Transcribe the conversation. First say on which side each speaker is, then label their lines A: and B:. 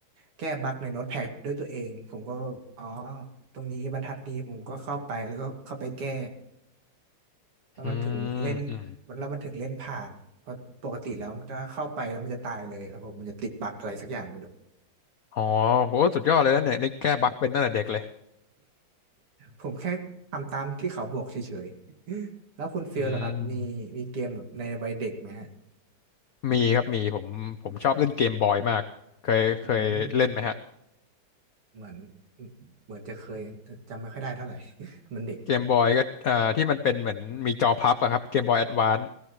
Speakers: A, on the right; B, on the left.
A: แก้บั๊กในโน้ตแพดด้วยตัวเองผมก็อ๋อตรงนี้บรรทัดนี้ผมก็เข้าไปแล้วก็เข้าไปแก้ แล้วมันถึงเล่น
B: อืม อืม
A: แล้วมันถึงเล่นผ่านเพราะปกติแล้วมันจะเข้าไปแล้วมันจะตายเลยครับผมมันจะติดบั๊กอะไรสักอย่างไม่รู้
B: อ๋อโหสุดยอดเลยนะเนี่ยนี่แก้บั๊กเป็นตั้งแต่เด็กเลย
A: ผมแค่ทำตามที่เขาบอกเฉยๆแล้วคุณฟิลล่ะครับมีมีเกมแบบในวัยเด็กไหมฮะ
B: อืม มีครับ มีผมผมชอบเล่นเกมบอยมากเคยเคยเล่นไหมฮะ
A: อืมเหมือนเหมือนจะเคยแต่จำไม่ค่อยได้เท่าไหร่ <laughs> มันเด็ก
B: เกมบอยก็เอ่าที่มันเป็นเหมือนมีจอพับอะครับเกมบอยแอดวานซ์